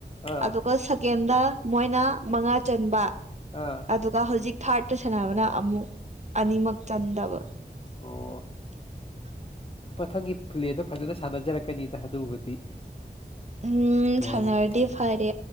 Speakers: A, on the left; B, on the right.
A: ꯑꯥ
B: ꯑꯗꯨꯒ ꯁꯀꯦꯟꯗ ꯃꯣꯏꯅ ꯃꯉꯥ ꯆꯟꯕ
A: ꯑꯥ
B: ꯑꯗꯨꯒ ꯍꯧꯖꯤꯛ ꯊꯥꯔꯠꯇ ꯁꯥꯟꯅꯕꯅ ꯑꯃꯨꯛ ꯑꯅꯤꯃꯛ ꯆꯟꯗꯕ <inaudible>
A: ꯑꯣ ꯃꯊꯪꯒꯤ ꯄ꯭ꯂꯦꯗ ꯐꯖꯅ ꯁꯥꯟꯅꯖꯔꯛꯀꯅꯤꯗ ꯑꯗꯨꯕꯨꯗꯤ
B: ꯎꯝ ꯁꯥꯟꯅꯔꯗꯤ
A: ꯑꯥ
B: ꯐꯔꯦ